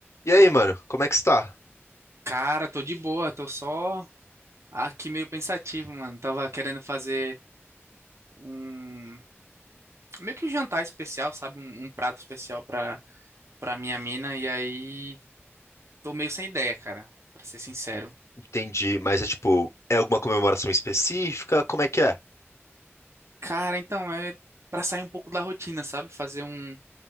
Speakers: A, on the left (about 80°); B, on the right (about 75°).
A: E aí, mano, como é que está?
B: Cara, tô de boa, tô só aqui meio pensativo, mano. Tava querendo fazer um meio que um jantar especial, sabe? Um, um prato especial pra, pra minha mina, e aí tô meio sem ideia, cara, pra ser sincero.
A: Entendi, mas é tipo, é alguma comemoração específica? Como é que é?
B: Cara, então é pra sair um pouco da rotina, sabe? Fazer um